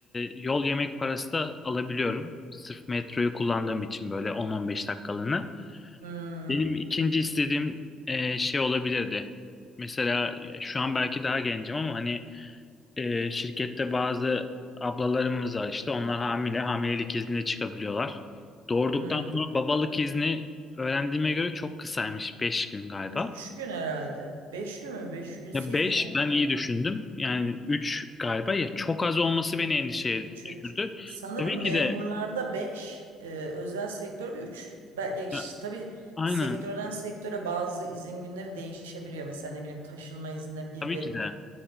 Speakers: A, on the left; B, on the right.
A: yol yemek parası da alabiliyorum. Sırf metroyu kullandığım için böyle 10-15 dakikalığına.
B: Hı.
A: Benim ikinci istediğim e, şey olabilirdi. Mesela şu an belki daha gencim ama hani e, şirkette bazı ablalarımız var işte onlar hamile hamilelik iznine çıkabiliyorlar. Doğurduktan
B: Hı.
A: sonra babalık izni öğrendiğime göre çok kısaymış 5 gün galiba.
B: Üç gün herhalde. Beş gün mü? Beş günse
A: Ya 5
B: iyi ya.
A: ben iyi düşündüm yani 3 galiba ya çok az olması beni endişeye
B: 3
A: düşürdü.
B: 3. Sanırım
A: Tabii ki
B: memurlarda
A: de
B: 5, özel sektörde 3. Belki işte
A: ya,
B: tabii
A: aynen
B: sektörden sektöre bazı izin günleri değişebiliyor. Mesela ne bileyim taşınma iznine bir
A: tabii
B: verip
A: ki de